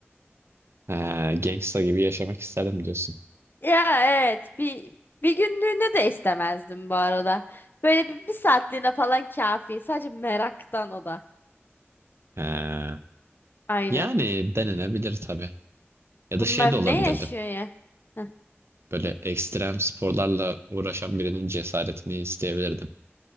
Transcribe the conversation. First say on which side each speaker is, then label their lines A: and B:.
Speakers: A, on the right (about 65°); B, on the left (about 45°).
A: Ha, gangsta gibi yaşamak isterim diyorsun.
B: Ya evet bir bir günlüğüne de istemezdim bu arada. Böyle bir, bir saatliğine falan kafi. Sadece meraktan o da.
A: Ha.
B: Aynen.
A: Yani denenebilir tabii. Ya
B: Bunlar
A: da şey de
B: ne
A: olabilirdim.
B: yaşıyor ya? Heh.
A: Böyle ekstrem sporlarla uğraşan birinin cesaretini isteyebilirdim.